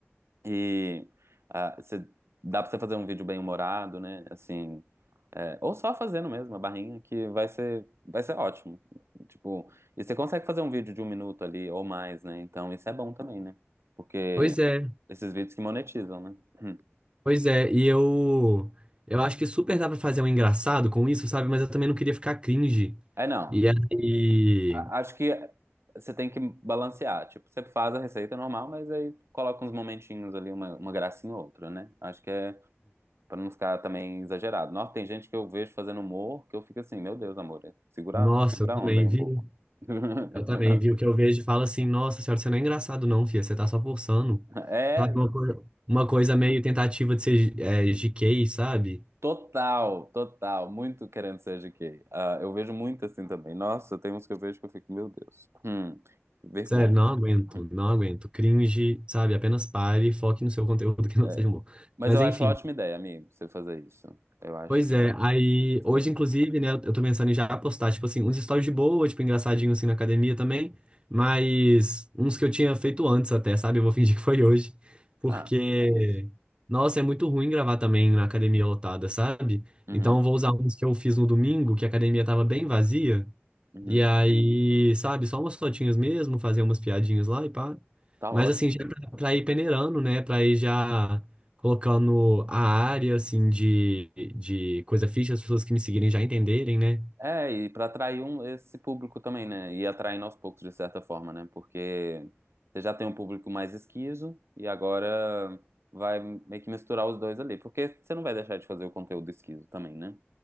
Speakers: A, on the right; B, on the right.
A: E ah, cê- dá pra você fazer um vídeo bem humorado, né? Assim, é, ou só fazendo mesmo a barrinha, que vai ser, vai ser ótimo. Tipo, e você consegue fazer um vídeo de um minuto ali ou mais, né? Então isso é bom também, né? Porque
B: Pois é,
A: esses vídeos que monetizam, né? Hum.
B: pois é. E eu eu acho que super dá pra fazer um engraçado com isso, sabe? Mas eu também não queria ficar cringe.
A: É, não.
B: E aí,
A: a- Acho que você tem que balancear. Tipo, você faz a receita normal, mas aí coloca uns momentinhos ali, uma, uma gracinha ou outra, né? Acho que é. Pra não ficar também exagerado. Nossa, tem gente que eu vejo fazendo humor que eu fico assim, meu Deus, amor, segura,
B: nossa,
A: segura
B: eu também
A: a onda aí um
B: vi.
A: pouco. <laughs>
B: Eu também, viu? Que eu vejo e falo assim, nossa senhora, você não é engraçado não, filha, você tá só forçando.
A: É,
B: Sabe, uma coisa, uma coisa meio tentativa de ser é, GK, sabe?
A: total, total, muito querendo ser GK. Ah, eu vejo muito assim também. Nossa, tem uns que eu vejo que eu fico, meu Deus, hum, que vergonha.
B: Sério, não aguento,
A: Hum,
B: não aguento. Cringe, sabe? Apenas pare e foque no seu conteúdo que não
A: É,
B: seja bom.
A: Mas
B: Mas
A: eu
B: enfim,
A: acho uma ótima ideia, amigo, você fazer isso. Eu acho
B: Pois
A: que
B: é,
A: isso
B: aí hoje,
A: é muito bom.
B: inclusive, né, eu tô pensando em já postar, tipo assim, uns stories de boa, tipo, engraçadinho assim na academia também, mas uns que eu tinha feito antes até, sabe? Eu vou fingir que foi hoje, porque,
A: Ah, é isso.
B: nossa, é muito ruim gravar também na academia lotada, sabe?
A: Uhum,
B: Então eu vou usar uns que eu fiz no domingo, que a academia tava bem vazia,
A: uhum.
B: e aí, sabe, só umas fotinhas mesmo, fazer umas piadinhas lá e pá.
A: Tá
B: Mas
A: ótimo.
B: assim, já é pra, pra ir peneirando, né? Pra ir já colocando a área, assim, de, de coisa fixa, as pessoas que me seguirem já entenderem, né?
A: É, e para atrair um, esse público também, né? E atraindo aos poucos, de certa forma, né? Porque você já tem um público mais esquizo e agora vai meio que misturar os dois ali. Porque você não vai deixar de fazer o conteúdo esquizo também, né?